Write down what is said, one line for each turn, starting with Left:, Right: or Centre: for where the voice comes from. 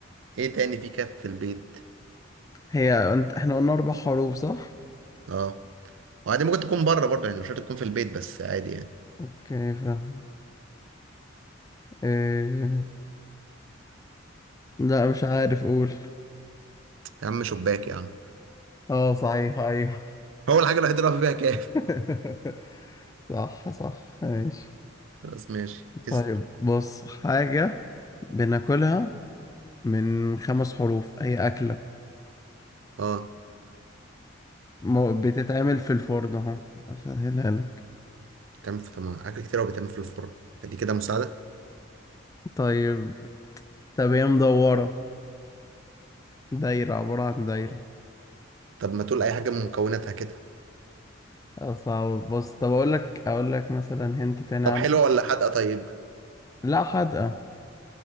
Right: ايه تاني في كاف في البيت
Left: هي انت احنا قلنا اربع حروف صح
Right: اه وعادي ممكن تكون بره برضه يعني مش شرط تكون في البيت بس عادي يعني
Left: اوكي فاهم آه، لا مش عارف قول
Right: يا عم شباك يا عم
Left: اه صحيح ايوه
Right: هو الحاجة الوحيدة اللي واقف بيها كاف
Left: <laughs> صح صح ماشي
Right: خلاص ماشي
Left: طيب
Right: اسأل
Left: بص حاجة بناكلها من خمس حروف هي أكلة
Right: اه
Left: مو- بتتعمل في الفرن اهو اسهلها لك
Right: بتعمل في طب ما حاجات كتير أوي بتعمل في الفرن هدي كده مساعدة
Left: طيب طب هي مدورة دايرة عبارة عن دايرة
Right: طب ما تقول أي حاجة من مكوناتها كده
Left: آه، صعب بص طب أقول لك أقول لك مثلا هنت تاني
Right: طب
Left: عنها
Right: حلوة ولا حادقة طيب
Left: لا حدقة